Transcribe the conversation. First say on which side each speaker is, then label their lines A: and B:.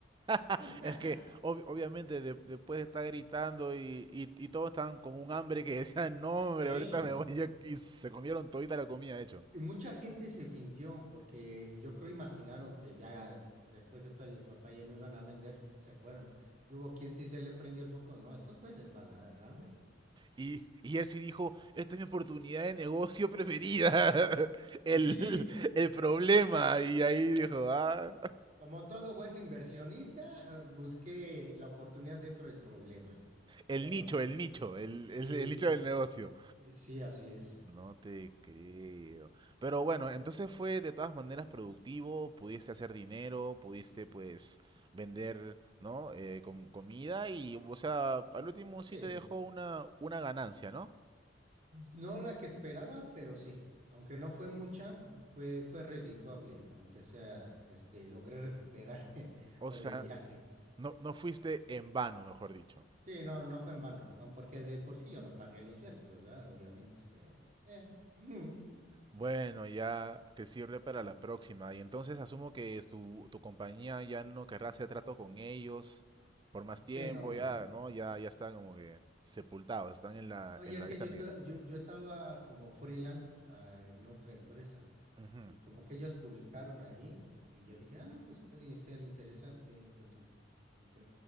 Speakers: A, on the right; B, on the right.
A: <laughs>
B: <laughs>
A: Es que ob- obviamente de- después de estar gritando y, y- y todos estaban con un hambre que decían, no, hombre,
B: Sí,
A: ahorita me voy <laughs> a-". y se comieron todita la comida, de hecho.
B: y mucha gente se fintió, porque yo creo imaginaron que ya pues, después de todo el despapalle no iban a vender, se fueron. Y hubo quien sí se le prendió el foco, no, estos güeyes les va a dar hambre.
A: Y, y él sí dijo, esta es mi oportunidad de negocio preferida, <laughs> el,
B: <laughs> Sí.
A: el problema. Y ahí dijo, ah,
B: Como todo buen inversionista, eh, busqué la oportunidad dentro del problema,
A: el
B: ¿sí o no?
A: nicho, el nicho,
B: Mm,
A: el,
B: Sí,
A: el- el nicho del negocio.
B: eh, sí, así es.
A: No te creo. Pero bueno, entonces fue de todas maneras productivo, pudiste hacer dinero, pudiste pues vender, ¿no? Eh, com- comida y, o sea, al último sí
B: Sí,
A: te dejó una, una ganancia, ¿no?
B: no la que esperaba, pero sí. Aunque no fue mucha, fue, fue redituable, aunque sea, este, logré recuperar <laughs> lo
A: O
B: del
A: sea,
B: viaje.
A: no, no fuiste en vano, mejor dicho.
B: Sí, no, no fue en vano, aun porque de por sí yo no pagué los viáticos, ¿verdad? Obviamente, pero... eh, ujú.
A: Bueno, ya te sirve para la próxima. Y entonces asumo que tu, tu compañía ya no querrá hacer trato con ellos por más tiempo,
B: Sí, no.
A: ya, ¿no? Ya, ya está como que sepultados, están en la,
B: No, y
A: en
B: es
A: la
B: que
A: lista
B: yo,
A: negra.
B: estoy- yo, yo estaba como freelance, ah, en otra empresa.
A: Ujú.
B: Y como que ellos publicaron ahí, y yo dije, ah, pues puede ser interesante. Entonces dije,